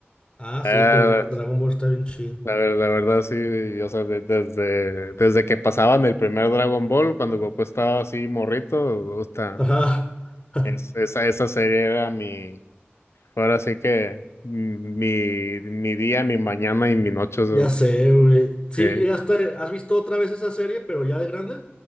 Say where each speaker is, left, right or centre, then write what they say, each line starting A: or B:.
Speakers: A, on the left; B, on the left.
A: Ah,
B: Eh,
A: sí, pues Dra- Dragon Ball está bien chido.
B: La, ver- la verdad, sí, o sea, de- desde, desde que pasaban el primer Dragon Ball, cuando Goku estaba así morrito, gusta.
A: Ajá, <laughs>
B: Es, esa, esa serie era mi, ahora sí que mm, mi, mi día, mi mañana y mi noche. o sea,
A: ya sé, güey. Sí,
B: sí.
A: llegaste, ¿has visto otra vez esa serie, pero ya de grande?